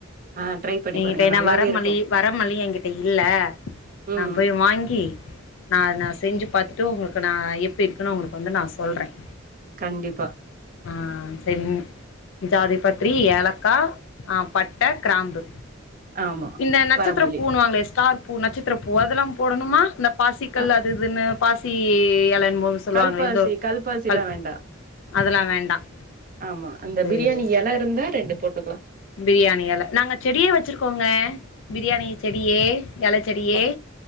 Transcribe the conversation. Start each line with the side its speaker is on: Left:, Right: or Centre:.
Right: ஆ ட்ரை பண்ணி
Left: எங்கிட்ட
Right: பாருங்க
Left: ஏன்னா
Right: நல்லாவே
Left: வரமல்லி
Right: இருக்கு
Left: வரமல்லி என்கிட்ட இல்ல
Right: ம்
Left: நான் போய் வாங்கி நான் அத நான் செஞ்சு பார்த்துட்டு உங்களுக்கு நான் எப்படி இருக்குன்னு உங்களுக்கு வந்து நான் சொல்றேன்
Right: கண்டிப்பா
Left: ஆ செரிங்க ஜாதி பத்திரி ஏலக்கா ஆ பட்ட கிராம்பு
Right: ஆமா
Left: இந்த நட்சத்திர
Right: வரமல்லி
Left: புணுவாங்களே ஸ்டார் பூ நட்சத்திர பூ அதெல்லாம் போடணுமா இல்ல பாசிக்கல்
Right: ஆ
Left: அது இதுன்னு பாசி எலா என்மோ சொல்லுவாங்கள
Right: கல்பாசி
Left: எதோ
Right: கல்பாசிலா
Left: கல் பா
Right: வேண்டா
Left: அதெல்லாம் வேண்டாம்
Right: ஆமா அந்த
Left: செரி
Right: பிரியாணி
Left: சார்
Right: எல இருந்தா ரெண்டு போட்டுக்கலா
Left: பிரியாணி எல நாங்க செடிய வச்சிருக்கோங்க பிரியாணி செடியே எல செடியே
Right: அப்